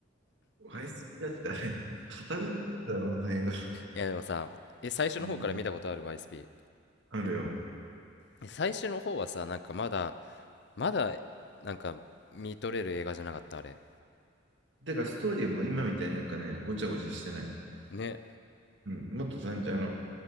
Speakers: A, on the right; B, on the left.
A: ワイスピだってあれ、
B: うわ
A: 語るのだろうな、映画。
B: いやでもさ、え、最初の方から見たことある
A: うん、
B: YSP。
A: あるよ。
B: え最初の方はさ、なんかまだ、まだ、なんか見とれる映画じゃなかった、あれ。
A: だからストーリーも今みたいになんかね、ごちゃごちゃしてない。
B: ね。
A: うん、もっと単純、あの、